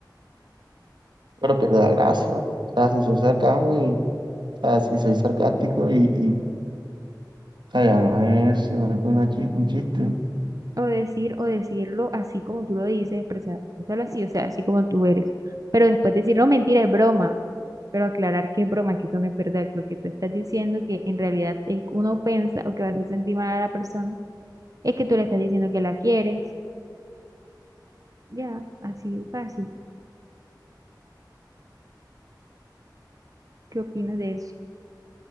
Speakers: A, on the right; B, on the right.
A: pero pierde la gracia, o sea, si soy sarcasmo y, o sea, si soy sarcástico y, y, o sea, ya no es sino que una chi- un chiste.
B: O decir, o decirlo así como tú lo dices, expresar- expresarlo así, o sea, así como tú eres. Pero después decir, no, mentira, es broma. Pero aclarar que es broma, que eso no es verdad, que lo que tú estás diciendo, que en realidad es una ofensa o que va a hacer sentir mal a la persona Es que tú le estás diciendo que la quieres. Ya, así de fácil. ¿Qué opinas de eso?